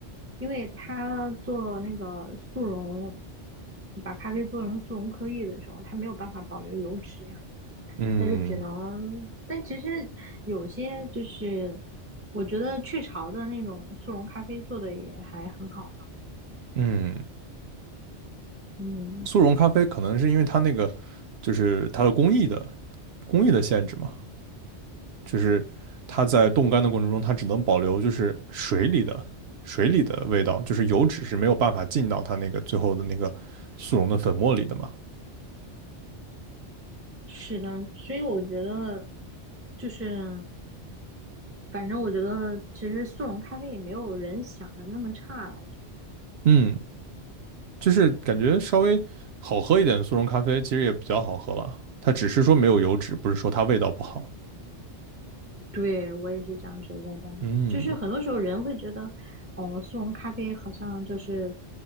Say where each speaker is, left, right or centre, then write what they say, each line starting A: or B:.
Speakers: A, on the right (about 20°); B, on the right (about 65°).
A: 因为它做那个速溶，把咖啡做成速溶颗粒的时候，它没有办法保留油脂呀，
B: 嗯
A: 它就只能。但其实有些就是我觉得雀巢的那种速溶咖啡做的也还很好，
B: 嗯。
A: 嗯，
B: 速溶咖啡可能是因为它那个就是它的工艺的工艺的限制嘛，就是它在冻干的过程中，它只能保留就是水里的水里的味道，就是油脂是没有办法进到它那个最后的那个速溶的粉末里的嘛。
A: 是的，所以我觉得就是。反正我觉得，其实速溶咖啡也没有人想的那么差了。
B: 嗯，就是感觉稍微好喝一点的速溶咖啡其实也比较好喝了，它只是说没有油脂，不是说它味道不好。
A: 对我也是这样觉得的，
B: 嗯，
A: 就是很多时候人会觉得，哦，速溶咖啡好像就是